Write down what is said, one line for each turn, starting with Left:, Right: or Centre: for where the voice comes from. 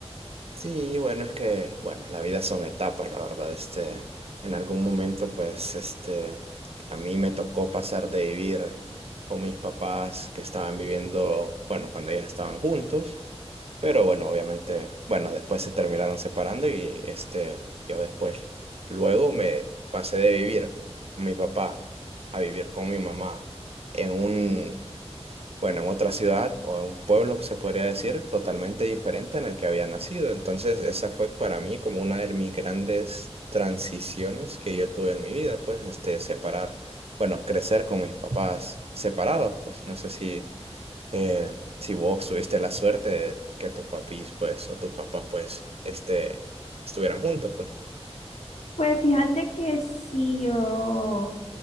Right: Sí, bueno, es que, bueno, la vida son etapas, la verdad, este, en algún momento pues este, a mí me tocó pasar de vivir con mis papás que estaban viviendo, bueno, cuando ellos estaban juntos. Pero bueno, obviamente, bueno, después se terminaron separando y este, yo después, luego me pasé de vivir con mi papá a vivir con mi mamá en un, bueno, en otra ciudad o en un pueblo, se podría decir, totalmente diferente en el que había nacido. Entonces, esa fue para mí como una de mis grandes transiciones que yo tuve en mi vida, pues, este, separar, bueno, crecer con mis papás separados, pues, no sé si eh, si vos tuviste la suerte de que tus papis, pues, o tus papás, pues, este, estuvieran juntos, pues.
Left: Pues fíjate que sí, yo